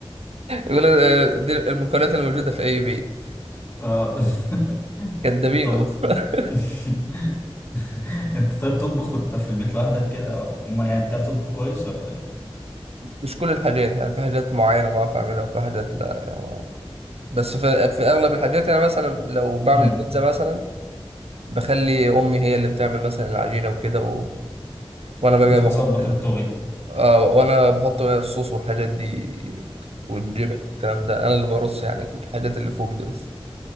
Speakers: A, on the right; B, on the left.
A: يقول لك آه، دي المكونات الموجوده في اي بيت
B: <laughs> اه <laughs>
A: كدابين
B: طب
A: والله.
B: انت
A: <laughs>
B: <laughs> انت طيب تطبخ وانت في البيت لوحدك كده او يعني بتعرف تطبخ كويس ولا ايه؟
A: مش كل الحاجات يعني في حاجات معينه بعرف اعملها وفي حاجات لا يعني بس في, في اغلب الحاجات يعني مثلا لو بعمل
B: مم.
A: بيتزا مثلا بخلي امي هي اللي بتعمل مثلا العجينه وكده و... وانا بقى
B: انت
A: بحط
B: تظبط
A: ال...
B: التوبينج
A: آه وانا بحط بقى الصوص والحاجات دي والجبن الكلام ده انا اللي برص يعني الحاجات اللي فوق دي بس